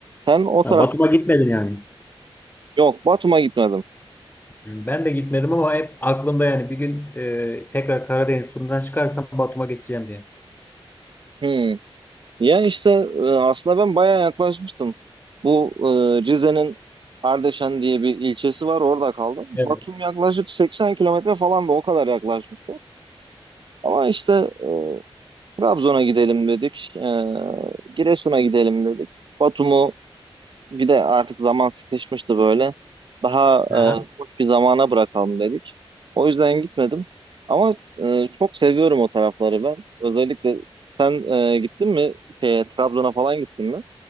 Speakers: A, on the right; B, on the left.
A: Sen o
B: Ya
A: taraf
B: Batum'a gitmedin yani.
A: yok, Batum'a gitmedim.
B: Ben de gitmedim ama hep aklımda yani bir gün e, tekrar Karadeniz turundan çıkarsam Batum'a geçeceğim diye.
A: Hmm. Ya işte e, aslında ben bayağı yaklaşmıştım. Bu e, Rize'nin Ardeşen diye bir ilçesi var, orada kaldım. Batum
B: Evet.
A: yaklaşık 80 kilometre falan da o kadar yaklaşmıştı. Ama işte e, Trabzon'a gidelim dedik. Ee, Giresun'a gidelim dedik. Batum'u bir de artık zaman sıkışmıştı böyle. Daha
B: Aha.
A: e, boş bir zamana bırakalım dedik. O yüzden gitmedim. Ama e, çok seviyorum o tarafları ben. Özellikle sen e, gittin mi? Şeye, Trabzon'a falan gittin mi?